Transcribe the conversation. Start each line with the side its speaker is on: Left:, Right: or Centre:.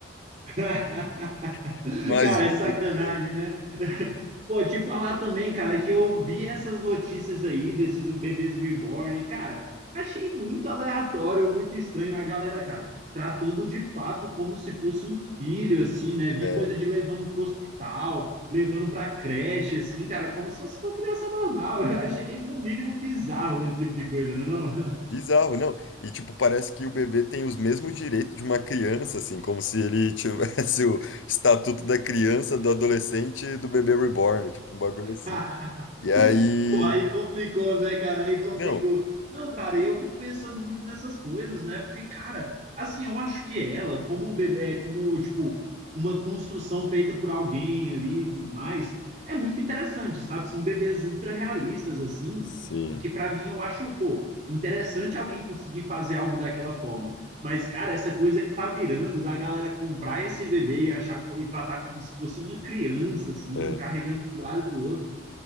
Right: <laughs>
Left: <laughs> Imagina.
Right: Cara, é sacanagem, né? <laughs> Pô, te falar também, cara, que eu vi essas notícias aí desses bebês reborn, e, cara, achei muito aleatório, muito estranho a galera, cara, tratando de fato como se fosse um filho, assim, né? Vi
Left: É,
Right: coisa de levando pro hospital, levando pra creche, assim, cara, como se fosse uma criança normal. <laughs> Eu achei, no mínimo, bizarro esse tipo de coisa, né, não?
Left: bizarro, não. E, tipo, parece que o bebê tem os mesmos direitos de uma criança, assim, como se ele tivesse <laughs> o estatuto da criança, do adolescente e do bebê reborn, tipo, um bagulho assim.
Right: <laughs>
Left: E aí.
Right: Pô, aí complicou, né, cara? Aí complicou.
Left: Não.
Right: Não, cara, eu fico pensando muito nessas coisas, né? Porque, cara, assim, eu acho que ela, como, be- é, como tipo, uma construção feita por alguém ali e tudo mais, é muito interessante, sabe? São bebês ultra realistas, assim,
Left: Sim.
Right: que pra mim eu acho, pô, interessante alguém conseguir fazer algo daquela forma. Mas, cara, essa coisa que tá virando da galera comprar esse bebê e achar co- e tratar como se fosse uma criança, assim,
Left: é.
Right: carregando pro lado e pro outro.